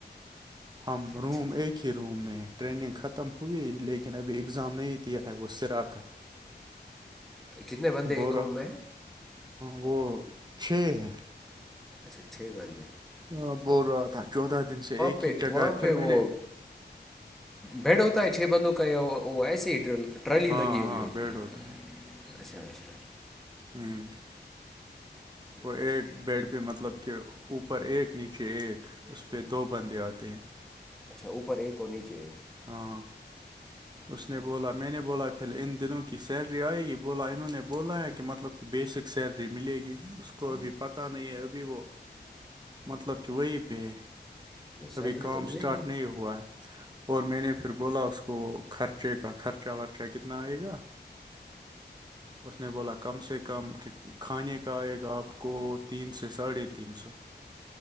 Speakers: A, on the right; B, in the centre.
A: ہم
B: اچھا
A: روم ایک کھر میں ٹریننگ ختم ہوئی لیکن ابھی اگزام نہیں دیا ہے وہ سرا کا
B: کتنے بندے
A: بول
B: ایک
A: رہا
B: روم میں
A: وہ چھ ہیں
B: اچھا چھ بند
A: ہاں بول رہا تھا چودہ دن سے ایک
B: پہ
A: ہی
B: وہاں
A: جگہ پھر
B: پہ
A: میں
B: وہ
A: نے
B: بیڈ ہوتا ہے چھ بندوں کا یا وہ ایسے ہی ٹرالی
A: ہاں
B: لگی ہوئی
A: ہاں
B: ہوتی
A: بیڈ
B: ہے
A: ہوتا
B: اچھا اچھا
A: ہوں وہ ایک بیڈ پہ مطلب کہ اوپر ایک نیچے ایک اس پہ دو بندے آتے ہیں
B: اچھا اوپر ایک اور نیچے
A: ہاں اس نے بولا میں نے بولا پھر ان دنوں کی سیلری آئے گی بولا انہوں نے بولا کہ مطلب بیسک سیلری ملے گی اس کو ابھی پتہ نہیں ہے ابھی وہ مطلب کہ وہیں پہ
B: سیلری
A: کبھی کام
B: تو ملے
A: اسٹارٹ
B: گی
A: نہیں ہوا ہے اور میں نے پھر بولا اس کو وہ خرچے کا خرچہ ورچہ کتنا آئے گا اس نے بولا کم سے کم کھانے کا آئے گا آپ کو تین سے ساڑھے تین سو